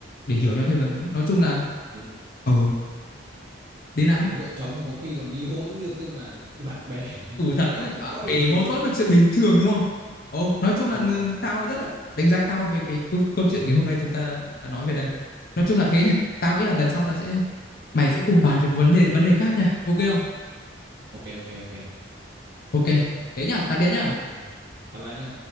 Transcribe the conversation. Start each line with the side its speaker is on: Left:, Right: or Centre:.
Left: để hiểu nhau
Right: ừ,
Left: thêm lần nữa
Right: đến
Left: nói chung là
Right: đến
Left: ờ Đến này.
Right: đến vợ chồng có khi còn ly hôn được cơ mà bạn bè <laughs>
Left: Ừ
Right: cãi
Left: thật
Right: nhau
Left: chứ
Right: chuyện
Left: bạn
Right: quá bình thường
Left: mâu thuẫn là chuyện bình thường đúng không? Ồ, nói chung là
Right: đúng
Left: ừ,
Right: rồi
Left: tao rất là đánh giá cao về cái câu, câu chuyện ngày hôm nay chúng ta đã, đã, đã nói về đây. Nói chung là thế nha. Tao nghĩ là lần sau tao sẽ mày sẽ cùng bàn về vấn đề vấn đề khác nha. Ok không?
Right: ok ok ok
Left: Ok. Thế nha, tạm biệt nha.
Right: ok bye bye nhá